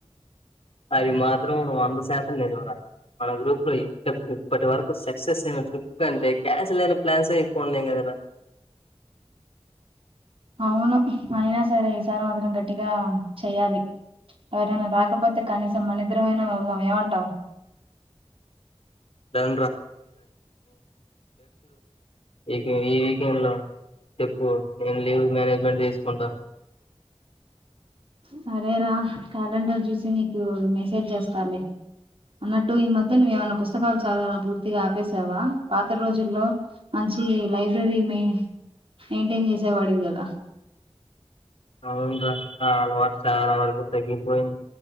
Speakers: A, on the left (about 65°); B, on the right (about 60°).
A: అది మాత్రం వంద శాతం నిజంర మన గ్రూప్ లో ఇ ఇప్పటి వరకు సక్సెస్ అయినట్టు <unintelligible> అంటే కాన్సల్ అయినా ప్లాన్స్ ఎక్కువ ఉన్నాయి కదర
B: అవును అయినా సరే ఈసారి మాత్రం గట్టిగా చెయాలి ఎవరైన రాకపోతే కనీసం మన ఇద్దరం అయినా వెళ్దాం ఏమంటావ్
A: <unintelligible> ఈ ఈ వీకెండ్ లో ఎక్కువ నేను లీవ్ మేనేజ్మెంట్ తీసుకుంటాను
B: సరేరా క్యాలెండర్ చూసి నీకు మెసేజ్ చేస్తలే అన్నట్టు ఈ మధ్య నువ్వ ఏమైనా పుస్తకాలు చదవడం పూర్తిగా ఆపసావ పాత రోజుల్లో మంచి లైబ్రరీ మెయింటైన్ చేసేవాడివి కదా
A: అవును చాల <unintelligible> చాల వరకు తగ్గిపోయింది